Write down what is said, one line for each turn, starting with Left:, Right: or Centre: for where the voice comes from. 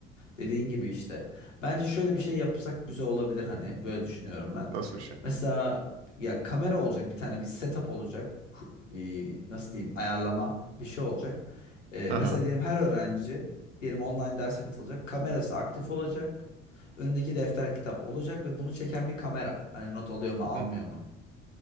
Left: Dediğin gibi işte. Bence şöyle bir şey yapsak güzel olabilir hani böyle düşünüyorum ben.
Right: Nasıl bir şey?
Left: Mesela ya kamera olacak bir tane bir setup olacak. Ku- Bir, nasıl diyeyim ayarlama bir şey olacak. Ee,
Right: Hı
Left: mesela
Right: hı.
Left: diyelim her öğrenci diyelim online derse katılacak. Kamerası aktif olacak. Önündeki defter kitap olacak ve bunu çeken bir kamera. Hani not alıyor mu almıyor
Right: Hı hı.
Left: mu?